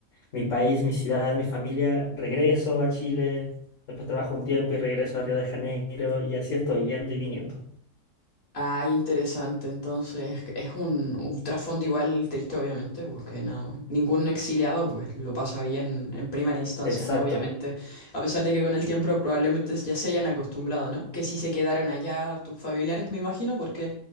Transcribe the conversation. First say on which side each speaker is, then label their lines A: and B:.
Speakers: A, on the left; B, on the left.
A: mi país, mi ciudad, mi familia, regreso a Chile, después trabajo un tiempo y regreso a Río de Janeiro y así estoy yendo y viniendo.
B: Ah, interesante. Entonces, es un, un trasfondo igual triste, obviamente, porque no, ningún exiliado pues lo pasa bien en primera instancia,
A: Exacto.
B: ¿no? Obviamente, a pesar de que con el tiempo probablemente ya se hayan acostumbrado, ¿no? Que si se quedaron allá tus familiares, me imagino, porque